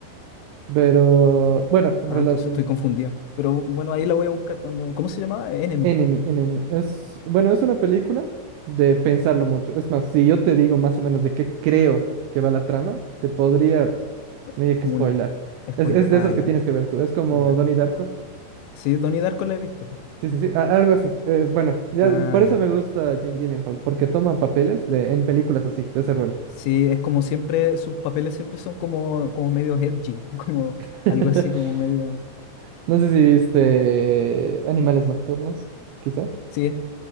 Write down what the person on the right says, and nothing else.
Pero, bueno, rela-
Enemy, Enemy. Es, bueno, es una película de pensarlo mucho. Es más, si yo te digo más o menos de qué creo que va la trama, te podría
medio
que spoilar.
Es, es de
esas
que tienes que ver tú. Es como
Donnie Darko.
Sí, sí, sí, a- algo así. Eh, bueno, ya,
por eso
me gusta Jane Gyllenhaal, porque toma papeles de, en películas así, de ese rollo.
<laughs>
No sé si viste Animales Nocturnos, quizá.